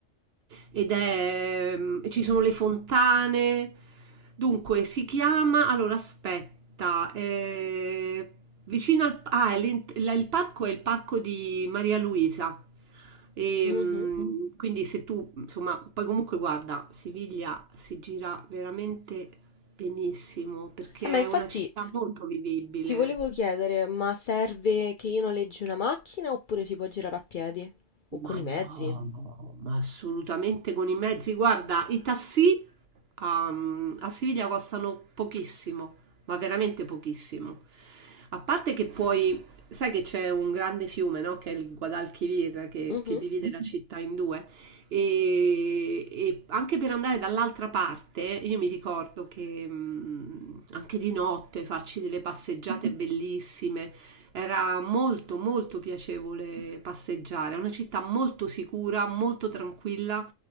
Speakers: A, on the right; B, on the left.
A: ed è... e ci sono le fontane. Dunque, si chiama... Allora, aspetta, eh, vicino al... Ah, è l'in- la- il parco è il parco di Maria Luisa. E,
B: Mhm.
A: mm, quindi se tu, insomma, poi comunque guarda, Siviglia si gira veramente benissimo perché
B: Eh, ma infatti
A: è una città molto vivibile.
B: ti volevo chiedere, ma serve che io noleggi una macchina oppure si può girare a piedi? O con
A: Ma
B: i
A: no,
B: mezzi?
A: ma assolutamente con i mezzi. Guarda, i tassì a, mm, a Siviglia costano pochissimo, ma veramente pochissimo. A parte che puoi, sai che c'è un grande fiume, no? Che è il Guadalquivir, che,
B: Mhm,
A: che divide la città in due. E, e anche per andare dall'altra parte, io mi ricordo che mh, anche di notte farci delle passeggiate bellissime, era molto molto piacevole passeggiare. È una città molto sicura, molto tranquilla